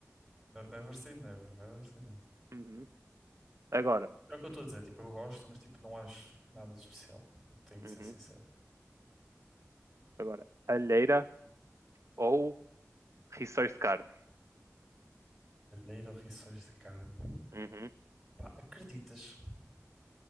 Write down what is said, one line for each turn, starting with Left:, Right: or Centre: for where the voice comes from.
Centre: Ne- Never say never, never say never.
Right: Uhum. Agora,
Centre: É o que eu estou a dizer, tipo, eu gosto, mas tipo, não acho nada de especial. Tenho de
Right: uhum.
Centre: ser sincero.
Right: Agora, alheira ou rissóis de carne?
Centre: Alheiro ou rissóis de carne?
Right: Uhum.
Centre: Pá, acreditas?